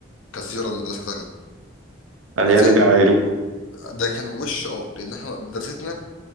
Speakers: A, on the left; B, on the right.
A: كزياره لمدرسه تانية
B: قال
A: انا
B: يعني
A: ساعت
B: بيعايروكوا
A: ده كان وش اه لان احنا مدرستنا